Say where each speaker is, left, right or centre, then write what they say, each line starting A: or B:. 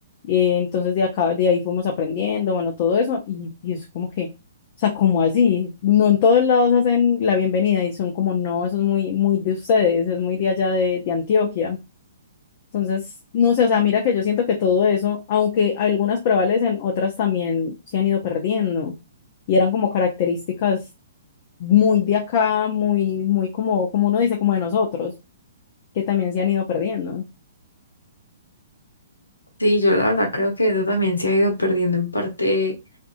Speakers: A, on the left; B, on the left.
A: eh, entonces de acá, de ahí fuimos aprendiendo, bueno, todo eso, y, y es como que, o sea, como así, no en todos lados hacen la bienvenida y son como no, eso es muy, muy de ustedes, es muy de allá de, de Antioquia. Entonces, no sé, o sea, mira que yo siento que todo eso, aunque algunas prevalecen, otras también se han ido perdiendo y eran como características muy de acá, muy, muy como, como uno dice, como de nosotros, que también se han ido perdiendo.
B: Sí, yo la verdad creo que eso también se ha ido perdiendo en parte